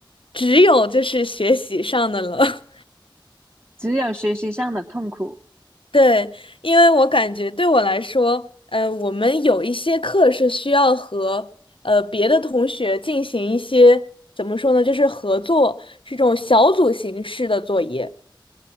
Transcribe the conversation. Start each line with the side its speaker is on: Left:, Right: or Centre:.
Left: 只有就是学习上的了。
Right: 只有学习上的痛苦。
Left: <laughs> 对，因为我感觉对我来说，呃，我们有一些课是需要和呃别的同学进行一些怎么说呢，就是合作，是这种小组形式的作业。